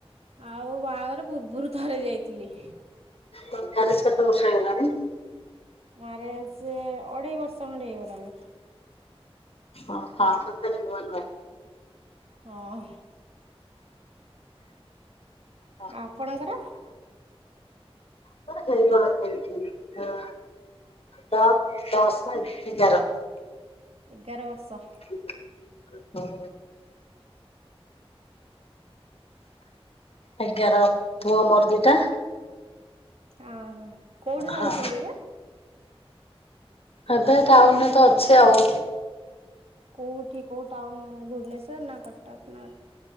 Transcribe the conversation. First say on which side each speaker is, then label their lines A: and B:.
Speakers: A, on the right; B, on the left.
A: ଆଉ ବାହାଘର ପୂର୍ବରୁ ଥରେ ଯାଇଥିଲି।
B: କଣ ପରିଷ୍କାର <inaudible>
A: ମ୍ୟାରେଜ ସେ ଅଢ଼େଇ ବର୍ଷ ଖଣ୍ଡେ ହେଇଗଲାଣି।
B: ଓ ହଁ ସତରେ ନୂଆ ନୂଆ।
A: ହଁ।
B: ହଁ
A: ଆଉ ଆପଣଙ୍କର?
B: <inaudible> ହଁ ଦର ଦ ଦଶ ଏଗାର।
A: ଏଗାର ବର୍ଷ।
B: ହୁଁ। ଆଜ୍ଞାର ପୁଅ ମୋର ଦିଟା।
A: ଓହୋ କୋଉଠି ରହୁଚନ୍ତି
B: ହଁ।
A: ଏବେ।
B: ଏବେ ଟାଉନ ରେ ତ ଅଛି ଆଉ।
A: କୋଉଠି କୋଉ ଟାଉନ ଉଁ ଭୁବନେଶ୍ଵର ନା କଟକ ନା